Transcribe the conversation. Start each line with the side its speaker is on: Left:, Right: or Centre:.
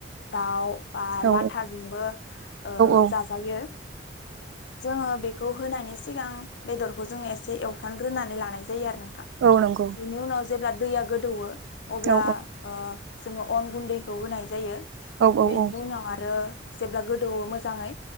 Left: दाउ बा
Right: औ
Left: लाथाजोंबो ओ
Right: औ
Left: जाजायो। जोङो बे बेखौ होनायनि सिगां बेदरखौ जोङो एसे एवफ्रानग्रोनानै लानाय जायो आरो।
Right: औ नंगौ
Left: बेनि उनाव जेब्ला दैया गोदौवो अब्ला
Right: औ
Left: ओ जोङो अन गुन्दैखौ होनाय जायो।
Right: औ
Left: बेेनि
Right: औ
Left: उनाव आरो जेब्ला गोदौवो मोजाङै